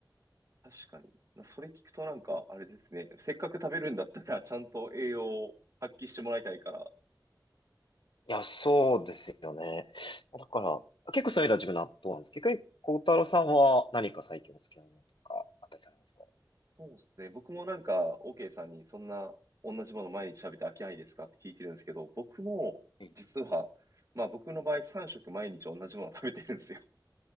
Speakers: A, on the right (about 40°); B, on the left (about 85°).
A: 確かに。それ聞くとなんか、あれですね。せっかく食べるんだったら、ちゃんと栄養を発揮してもらいたいから。
B: いや、そうですよね。だから、結構そういう意味では自分納豆なんです。逆に、孝太郎さんは何か最近お好きなものとかあったりされますか
A: そうですね。僕もなんか、OK さんにそんな同じもの毎日食べて飽きないですかって聞いてるんですけど、僕も、
B: え
A: 実は、まあ僕の場合3食毎日同じもの食べてるんですよ。